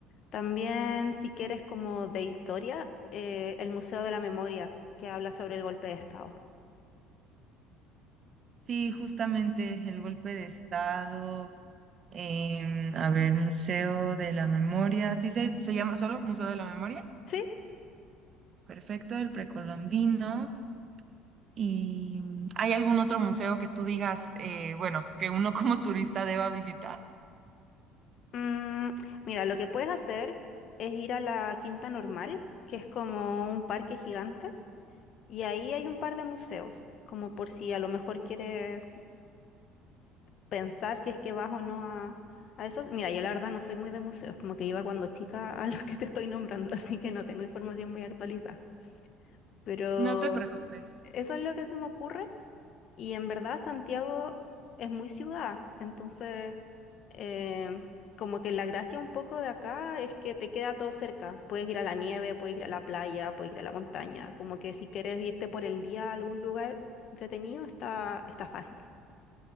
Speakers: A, on the left (about 55°); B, on the right (about 45°).
A: También, si quieres como de historia, eh, el Museo de la Memoria, que habla sobre el golpe de Estado.
B: Sí, justamente el golpe de estado, em, a ver, Museo de la Memoria, ¿sí se, se llama solo Museo de la Memoria?
A: Sí,
B: Perfecto, el precolombino. ¿Y mm, hay algún otro museo que tú digas, eh, bueno, que uno como turista deba visitar?
A: mm, mira, lo que puedes hacer es ir a la Quinta Normal, que es como un parque gigante, y ahí hay un par de museos, como por si a lo mejor quieres pensar si es que vas o no a, a esos. Mira, yo la verdad no soy muy de museos, como que iba cuando chica a <laughs> los que te estoy nombrando, <laughs> así que no tengo información muy actualizada. Pero
B: No te preocupes.
A: eso es lo que se me ocurre. Y en verdad Santiago es muy ciudad, entonces em, como que la gracia un poco de acá es que te queda todo cerca. Puedes ir a la nieve, puedes ir a la playa, puedes ir a la montaña. Como que si quieres irte por el día a algún lugar entretenido, está, está fácil.